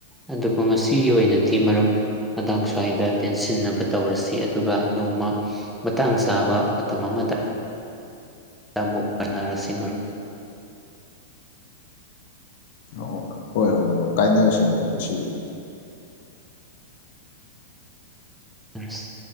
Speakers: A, in the centre; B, on the left.
A: ꯑꯗꯨꯕꯨ ꯉꯁꯤꯒꯤ ꯑꯣꯏꯅꯗꯤ ꯃꯔꯨꯞ ꯃꯇꯥꯡ ꯁ꯭ꯋꯥꯏꯗ ꯇꯦꯟꯁꯤꯟꯅꯕ ꯇꯧꯔꯁꯤ ꯑꯗꯨꯒ ꯅꯣꯡꯃ ꯃꯇꯥꯡ ꯆꯥꯕ ꯃꯇꯝ ꯑꯃꯗ ꯑꯃꯨꯛ ꯄꯟꯅꯔꯁꯤ ꯃꯔꯨꯞ
B: ꯑꯣ ꯍꯣꯏ ꯍꯣꯏ ꯃꯔꯨꯞ ꯀꯥꯏꯅꯔꯁꯤ ꯃꯔꯨꯞ ꯉꯁꯤꯒꯤ
A: ꯑꯁ